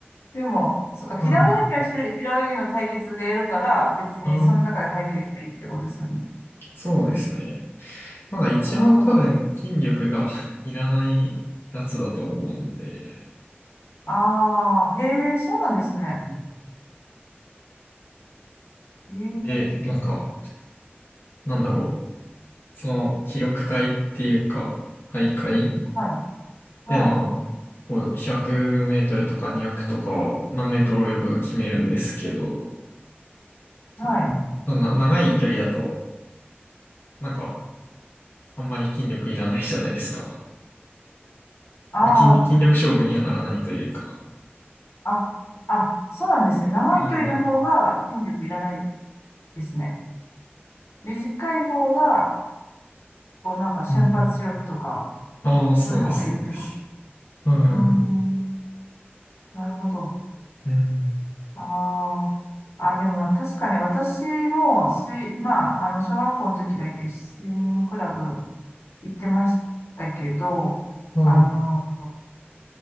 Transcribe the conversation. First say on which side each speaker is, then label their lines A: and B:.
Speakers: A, on the left; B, on the left.
A: でも、そっか、平泳ぎはひ平泳ぎの対決でやるから、
B: はい。
A: 別にその中で早ければいいってことですよね。
B: あ、そうですね。なんか一番多分筋力が
A: なるほど。
B: <laughs> いらないやつだと思うんで。
A: ああ、へえ、そうなんですね。
B: うん
A: ええ、
B: で、なんか、なんだろう。その、記録会っていうか、大会
A: はい、
B: で、
A: はい、
B: まあ、こう100メートルとか200とか、何メートル泳ぐが決めるんですけど、そ
A: はい。
B: そんな長い距離だと、なんか、あんまり筋力いらないじゃないですか。
A: ああ、
B: まあ、筋、筋力勝負にはならないというか。
A: あ、あ、そうなんですね。長い距離の方が筋力いらない
B: はい。
A: ですね。短い方が、こう、なんか瞬発力とか、
B: うん。ああ、そうです、
A: そういうのがいるってこと。
B: そうです。は
A: うーん、なるほど。
B: い。うん。
A: ああ。あ、でも確かに私も水、まあ、あの、小学校の時だけスイミングクラブ行ってましたけど、
B: はい。
A: あの、